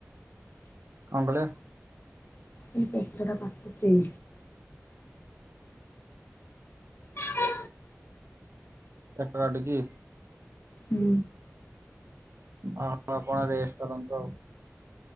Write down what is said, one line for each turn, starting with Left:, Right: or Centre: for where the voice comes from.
Right: କଣ କହିଲେ?
Left: ମୁଁ କହିଲି ପେଟଟା କାଟୁଚି। ହ
Right: ପେଟ କାଟୁଚି?
Left: ହୁଁ।
Right: ଆଉ ଆପଣ ରେଷ୍ଟ କରନ୍ତୁ ଆଉ।